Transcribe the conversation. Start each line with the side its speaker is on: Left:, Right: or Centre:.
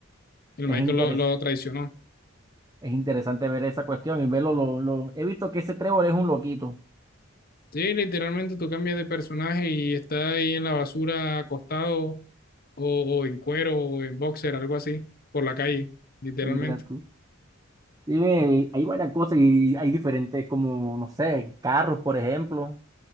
Left: el
Right: Es
Left: Michael
Right: interes-
Left: lo, lo traicionó.
Right: es interesante ver esa cuestión y verlo. Lo, lo- he visto que ese Trevor es un loquito.
Left: Sí, literalmente tú cambias de personaje y está ahí en la basura acostado o, o en cuero o en boxer, algo así, por la calle, literalmente.
Right: Mira tú.
Left: O
Right: Sí, ve, hay varias cosas y hay diferentes, como, no sé, carros, por ejemplo.